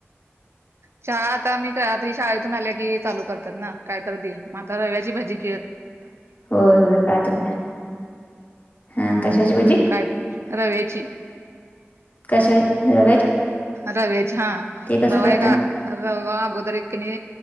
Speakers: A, on the right; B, on the left.
A: चहा आता मी आता ही शाळेतून आल्या की चालू करतात ना, काय तर दे, मग आता रव्याची भजी कर
B: होय होय, काय तर, हा कशाची भ?
A: ह <unintelligible> रव्याची.
B: कशा <unintelligible>
A: रव्याची हा,
B: ते कसं
A: रवा
B: करता
A: एका रवा अगोदर एक कने,